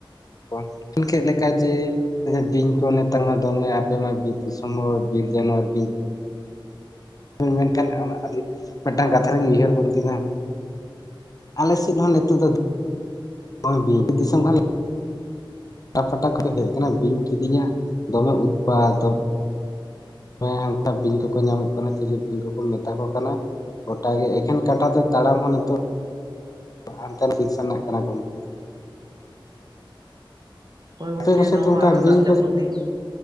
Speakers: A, on the left; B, on the right.
A: <inaudible> ᱞᱮᱠᱟ ᱡᱮ ᱵᱤᱧ ᱠᱚ ᱱᱮᱛᱟᱨ ᱢᱟ ᱫᱚᱢᱮ ᱟᱯᱮ ᱢᱟ ᱵᱤᱨ ᱫᱤᱥᱚᱢ ᱦᱚᱲ ᱦᱚᱲ ᱵᱤᱨ ᱡᱟᱱᱣᱟᱨ ᱵᱤᱧ ᱢᱮᱱᱠᱷᱟᱱ ᱚᱱᱟ ᱟᱹᱰᱤ ᱢᱤᱫᱴᱟᱝ ᱠᱟᱛᱷᱟ ᱨᱤᱧ ᱩᱭᱦᱟᱹᱨ ᱜᱚᱫ ᱠᱮᱫᱟ ᱟᱞᱮ ᱥᱮᱫ ᱦᱚᱸ ᱱᱤᱛᱚᱜ ᱫᱚ ᱫᱤᱥᱚᱢ ᱠᱟᱱ ᱯᱟᱴᱟ ᱯᱷᱟᱴᱟ ᱠᱚ ᱦᱮᱡ ᱟᱠᱟᱱᱟ ᱵᱤᱧ ᱠᱤᱫᱤᱧ ᱟᱜ ᱫᱚᱢᱮ ᱩᱛᱯᱟᱛ ᱫᱚᱢᱮ ᱦᱮᱸ ᱦᱟᱱᱠᱟ ᱵᱤᱧ ᱠᱚᱠᱚ ᱧᱟᱢᱚᱜ ᱠᱟᱱᱟ ᱪᱤᱞᱤ ᱵᱤᱧ ᱠᱚᱠᱚ ᱢᱮᱛᱟ ᱠᱚ ᱠᱟᱱᱟ ᱜᱚᱴᱟᱜᱮ ᱮᱠᱷᱮᱱ ᱠᱟᱴᱟᱛᱮ ᱛᱟᱲᱟᱢ ᱦᱚ ᱱᱤᱛᱚᱜ <inaudible> ᱨᱮᱱᱟᱜ ᱠᱟᱱᱟ ᱜᱚᱝᱠᱮ
B: ᱦᱳᱭ ᱜᱚᱝᱠᱮ
A: ᱟᱯᱮ ᱠᱚᱥᱮᱫ
B: ᱱᱚᱣᱟ
A: ᱫᱚ
B: ᱢᱟ
A: ᱚᱱᱠᱟ
B: ᱟᱨᱚ
A: ᱵᱤᱧ
B: ᱫᱟᱜ
A: ᱠᱚᱫᱚ
B: ᱡᱟᱹᱯᱩᱫ ᱫᱤᱱ